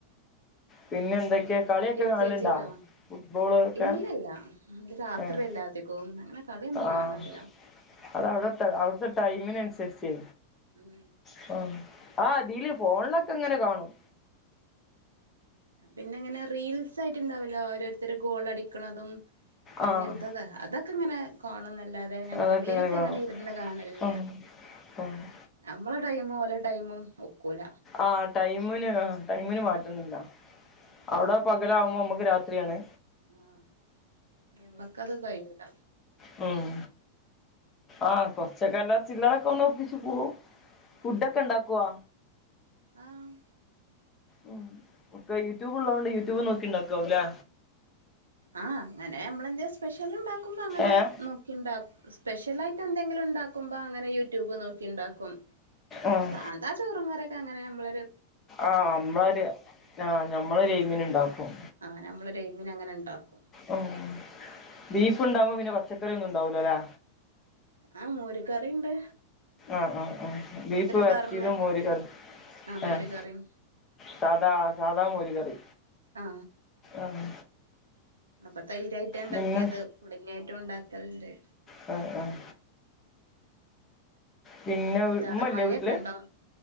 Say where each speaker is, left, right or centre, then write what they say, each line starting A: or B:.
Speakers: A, on the left; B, on the right.
A: പിന്നെ എന്തൊക്കെ
B: എൽ
A: കളിയൊക്കെ
B: യുക്കെജി
A: കാണല്ണ്ടാ
B: ലോ
A: ഫുട്ബോള് ഒക്കെ
B: ഇല്ലല്ല അത് രാത്രി
A: ഏഹ്
B: അല്ലേതികോം അങ്ങനെ കളിയൊന്നും കാണാറില്ല
A: ആഹ് അത് അവിടെ അവിടുത്തെ ടൈമിനനുസരിച്ച്
B: ഉം
A: അപ്പം ആ ഇതില് ഫോണിലൊക്കെ ഇങ്ങനെ കാണും
B: പിന്നെങ്ങനെ റീൽസ് സായിട്ടുണ്ടാവല്ലോ ഓരോരുത്തര് ഗോൾടിക്കുന്നതും അങ്ങനത്തത
A: ആഹ്
B: അതൊക്കെ ഇങ്ങനെ കാണുന്നല്ലാതെ ഞാൻ
A: അതൊക്കെ
B: കളിയായിട്ട്
A: ഇങ്ങനെ കാണും
B: അങ്ങനെ ഇരുന്ന് കാണലില്ല
A: ആഹ് ആഹ്
B: നമ്മളെ ടൈമും ഓല ടൈമും ഒക്കൂല
A: ആഹ് ടൈമിന് ആ ടൈമിന് മാറ്റുന്നില്ല അവ്ടെ പകലാവുമ്പോ നമക്ക് രാത്രിയാണ്
B: ആഹ് നമ്മക്കത് കഴിയൂല
A: മം ആഹ് കൊറച്ചക്ക അല്ലറ ചില്ലറക്കൊന്ന് ഒപ്പിച്ചു പോവും ഫുഡൊക്കെ ഉണ്ടാക്കുവോ
B: ആഹ്
A: മം ഒക്കെ യൂട്യൂബ് ഉള്ളത് കൊണ്ട് യൂട്യൂബ് നോക്കിണ്ടാക്കാവുംല്ലേ
B: ആഹ് അങ്ങനെ നമ്മളെന്തെ സ്പെഷ്യൽ ഉണ്ടാക്കുമ്പോ അങ്ങനെ
A: ഏഹ്
B: നോക്കിണ്ട സ്പെഷ്യൽ ആയിട്ട് എന്തെങ്കിലും ഉണ്ടാക്കുമ്പോ അങ്ങനെ യൂട്യൂബ് നോക്കി ഉണ്ടാക്കും പിന്നെ
A: ആഹ്
B: സാധ ചോറും കറിയൊക്കെങ്ങനെ നമ്മളരു
A: ആഹ് നമ്മളൊരു ആഹ് നമ്മളൊ എയ്മീന് ഉണ്ടാക്കും
B: ആഹ് നമ്മള്ര് എയ്മിന അങ്ങനെ ഉണ്ടാക്കും
A: ഓഹ് ബീഫ് ഉണ്ടാവുമോ പിന്നെ പച്ചക്കറി ഒന്നും ഉണ്ടാവലോ അല്ലേ
B: ആഹ് മോര് കറിയുണ്ട്
A: ആഹ് ആഹ് ആ ബീഫ് വരറ്റിയതും
B: പാർന്ന്
A: മോരി കറി
B: ആ മോര്
A: ആഹ്
B: കറിം
A: സാധാ സാദാ മോര കറി
B: ആ
A: ആഹ്
B: പ്പ തൈരായിട്ടാ ഉണ്ടാക്കിയത്
A: പിന്നെ
B: പുളിങ്ങിയായിട്ടും ഉണ്ടാക്കലേ
A: മം മം പിന്നെ
B: എന്താ അവിടെ
A: ഉമ്മല്ലേ
B: മഴയൊക്കെ
A: വീട്ടില്
B: ഉണ്ടോ